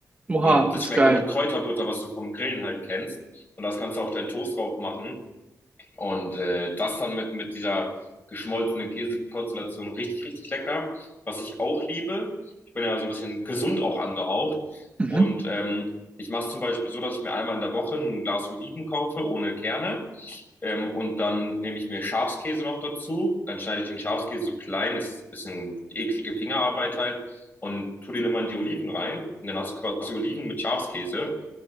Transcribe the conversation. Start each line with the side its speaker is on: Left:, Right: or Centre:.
Right: Oha,
Left: Und das
Right: das
Left: schmeckt
Right: ist geil.
Left: dann wie Kräuterbutter, was du vom Grillen halt kennst. Und das kannst du auf deinen Toast drauf machen. Und äh, das dann mit, mit dieser geschmolzenen Käsekonstellation richtig, richtig lecker. Was ich auch liebe, ich bin ja so ein bisschen gesund auch angehaucht.
Right: Mhm.
Left: Und ähm, ich mache es zum Beispiel so, dass ich mir einmal in der Woche ein Glas Oliven kaufe ohne Kerne. Ähm, und dann nehme ich mir Schafskäse noch dazu. Dann schneide ich den Schafskäse so klein, ist ein bisschen eklige Fingerarbeit halt. Und tu den immer in die Oliven rein. Und dann hast du quasi Oliven mit Schafskäse.